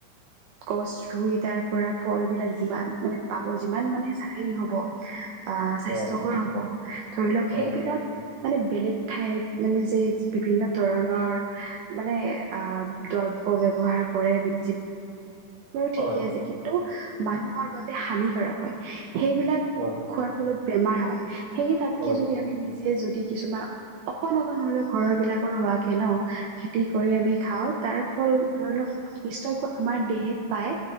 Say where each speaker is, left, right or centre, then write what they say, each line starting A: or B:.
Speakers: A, on the right; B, on the right.
A: গছ ৰুই তাৰ পৰা ফলবিলাক যিমান মানে পাব যিমান মানে হেৰি হ'ব। আহ স্বাস্থ্যকৰ
B: হয়
A: হব ধৰি লওক
B: হয়
A: সেইবিলাক মানে বেলেগ ঠাইত মানে যে বিভিন্ন ধৰণৰ মানে আহ দ <unintelligible> কৰে <unintelligible> বাৰ ঠিকে
B: হয়
A: আছে কিন্তু মানুহৰ বাবে হানিকাৰক হয়। সেইবিলাক
B: হয়
A: খোৱাৰ ফলত বেমাৰ হয় সেয়ে তাতকে
B: হয়
A: যদি আমি নি যে যদি কিছুমান অকণ অকণ হলেও ঘৰৰ বিলাকৰ হোৱাকে ন খেতি কৰি আমি খাওঁ তাৰ ফল ধৰি লওক নিশ্চয়কৈ আমাৰ দেহত পাই